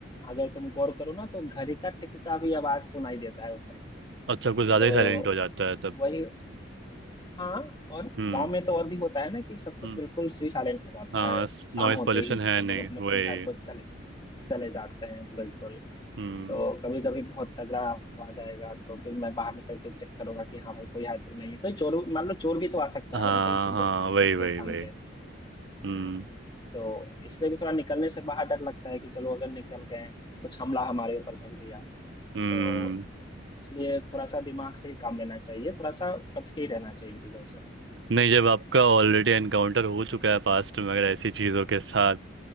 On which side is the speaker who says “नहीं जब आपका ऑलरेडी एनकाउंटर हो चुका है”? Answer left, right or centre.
Right